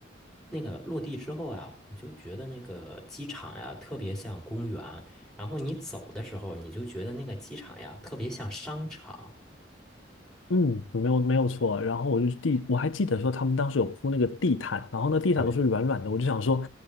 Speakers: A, in the centre; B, on the left.
A: 那个落地之后啊，你就觉得那个机场呀，特别像公园。然后你走的时候，你就觉得那个机场呀，特别像商场。
B: 嗯，没有没有错。然后我就地，我还记得说他们当时有铺那个地毯，然后那地毯都是软软的，
A: 对，
B: 我就想说，